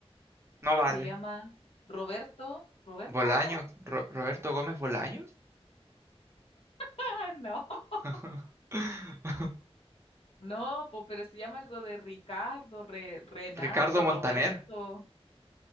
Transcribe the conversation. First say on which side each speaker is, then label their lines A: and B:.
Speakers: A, on the right (about 25°); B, on the left (about 65°).
A: No
B: Se
A: vale.
B: llama Roberto. ¿Roberto?
A: Bolaños.
B: ¿No?
A: Ro- Roberto Gómez Bolaños.
B: Ah, no. <laughs>
A: <laughs>
B: No, po, pero se llama algo de Ricardo, Re- Renato,
A: Ricardo Montaner.
B: Roberto.